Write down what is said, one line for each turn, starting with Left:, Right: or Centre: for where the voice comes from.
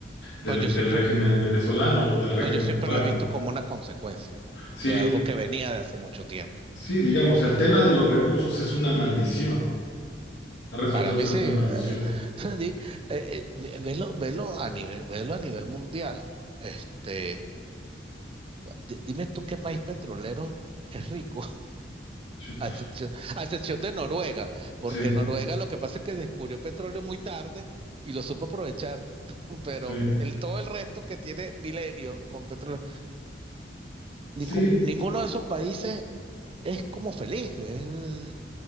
Left: del,
Right: No, yo siempre,
Left: del régimen venezolano o del régimen
Right: no, yo siempre
Left: cubano.
Right: lo he visto como una consecuencia
Left: Sí,
Right: de algo que venía de hace mucho tiempo.
Left: sí, digamos, el tema de los recursos es una maldición. Ha resultado
Right: Para mí
Left: ser
Right: sí,
Left: una
Right: eh,
Left: maldición.
Right: <laughs> di- eh, eh, ve- velo, velo a nivel, velo a nivel mundial. Este, di- dime tú qué país petrolero es rico.
Left: Sí,
Right: A excepción, a excepción de Noruega, porque
Left: sí,
Right: Noruega lo que pasa es que descubrió petróleo muy tarde y lo supo aprovechar, <laughs> pero
Left: sí,
Right: el, todo el resto que tiene milenios con petróleo,
Left: sí,
Right: ningún- ninguno de esos países es como feliz, es-